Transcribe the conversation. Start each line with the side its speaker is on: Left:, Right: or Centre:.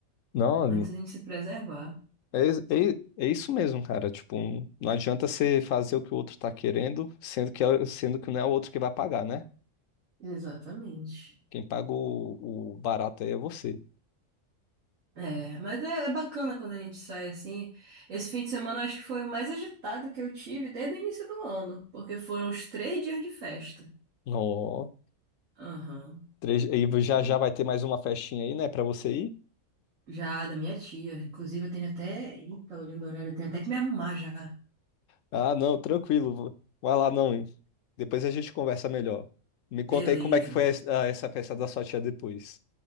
Left: Não,
Right: antes a gente se preservar.
Left: É, is- é, i- é isso mesmo, cara. Tipo, um- não adianta você fazer o que o outro tá querendo, sendo que, é- sendo que não é o outro que vai pagar, né?
Right: Exatamente.
Left: Quem paga o, o barato aí é você.
Right: É, mas é, é bacana quando a gente sai assim. Esse fim de semana acho que foi o mais agitado que eu tive desde o início do ano, porque foram os três dias de festa.
Left: Ó,
Right: Aham.
Left: <laughs> três- e já
Right: Mas
Left: já vai ter mais uma festinha aí, né, pra você ir?
Right: Já da minha tia. Inclusive, eu tenho até. Eita, olhando o horário, eu tenho até que me arrumar já.
Left: Ah, não, tranquilo. vou- Vai lá, não, hein? Depois a gente conversa melhor. Me conta
Right: Beleza,
Left: aí como é que foi es- ah, essa festa da sua tia depois.